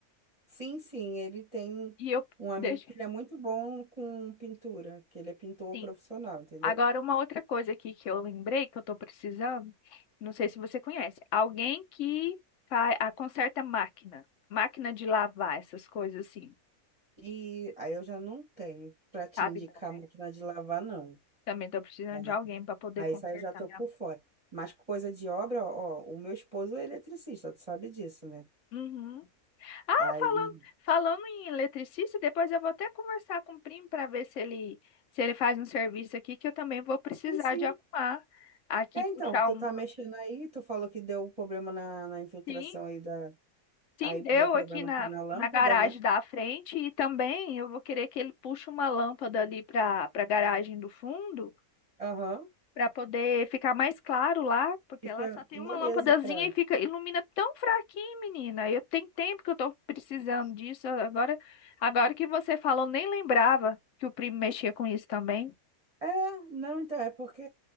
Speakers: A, on the right; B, on the left.
A: Sim, sim, ele tem
B: E eu
A: um amigo
B: deixa.
A: que ele é muito bom com pintura, que ele é pintor
B: Sim.
A: profissional, entendeu?
B: Agora, uma outra coisa aqui que eu lembrei que eu tô precisando, não sei se você conhece, alguém que faz, a, conserta máquina, máquina de lavar, essas coisas assim,
A: E aí eu já não tenho pra te
B: sabe?
A: indicar
B: Não, né?
A: máquina de lavar, não.
B: Também tô precisando
A: né?
B: de alguém para poder
A: Aí
B: consertar
A: isso aí eu já tô
B: minha.
A: por fora. Mas coisa de obra, ó, o meu esposo é eletricista, tu sabe disso, né?
B: Uhum.
A: Aí,
B: Falando, falando em eletricista, depois eu vou até conversar com o primo para ver se ele, se ele faz um serviço aqui, que eu também vou precisar
A: sim, sim.
B: de arrumar aqui,
A: É,
B: puxar
A: então, tu
B: um.
A: tá mexendo aí, tu falou que deu problema na, na infiltração
B: Sim,
A: aí da.
B: sim,
A: Aí
B: deu
A: deu problema
B: aqui na,
A: aqui na lâmpada,
B: na garagem
A: né?
B: da frente e também eu vou querer que ele puxe uma lâmpada ali para para a garagem do fundo,
A: Aham.
B: para poder ficar mais claro lá, porque
A: Isso
B: lá
A: é
B: só tem
A: moleza
B: uma lâmpadazinha
A: pra.
B: e fica ilumina tão fraquinho, menina. Eu tenho tempo que eu tô precisando disso. Agora, agora que você falou, nem lembrava que o primo mexia com isso também.
A: É, não, então, é porque